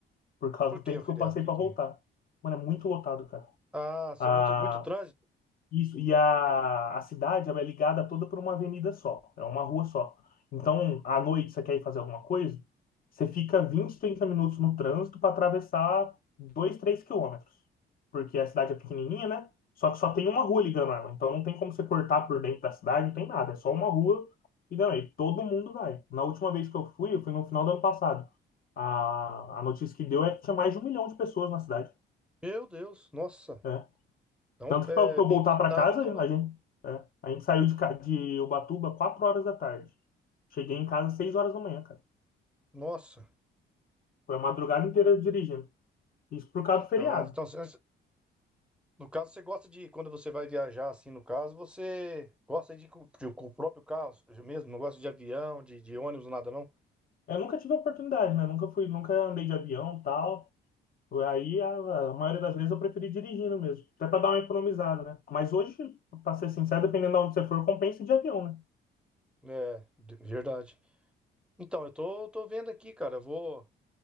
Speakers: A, on the left; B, in the centre.
A: Por causa
B: Por
A: do
B: que,
A: tempo
B: o feriado?
A: que eu passei
B: Que
A: pra
B: que...
A: voltar. Mano, é muito lotado, cara.
B: Ah, ser
A: Ah,
B: muito, muito trânsito?
A: Isso, e a, a cidade ela é ligada toda por uma avenida só, é uma rua só. Então, à noite, você quer ir fazer alguma coisa, você fica 20 30 minutos no trânsito para atravessar 2 3 quilômetros. Porque a cidade é pequenininha, né? Só que só tem uma rua ligando ela. Então, não tem como você cortar por dentro da cidade, não tem nada. É só uma rua ligando aí. Todo mundo vai. Na última vez que eu fui, eu fui no final do ano passado. A, a notícia que deu é que tinha mais de um milhão de pessoas na cidade.
B: Meu Deus, nossa.
A: né?
B: Então,
A: Tanto que
B: é
A: para eu
B: bem
A: voltar
B: visitado,
A: para casa,
B: então, lá.
A: a gente, é, a gente saiu de, ca- de Ubatuba 4 horas da tarde. Cheguei em casa 6 horas da manhã, cara.
B: Nossa.
A: Foi a madrugada inteira dirigindo. Isso por causa do feriado.
B: Ah, então, cê- no caso, você gosta de, quando você vai viajar, assim, no caso, você gosta de ir com, de- com o próprio carro mesmo, não gosta de avião, de, de ônibus, nada, não?
A: Eu nunca tive a oportunidade, né? Nunca fui, nunca andei de avião, tal. Aí a, a maioria das vezes eu preferi dirigindo mesmo, até para dar uma economizada, né? Mas hoje, para ser sincero, dependendo de onde você for, compensa ir de avião, né?
B: É, de- verdade. Então, eu tô, tô vendo aqui, cara, eu vou...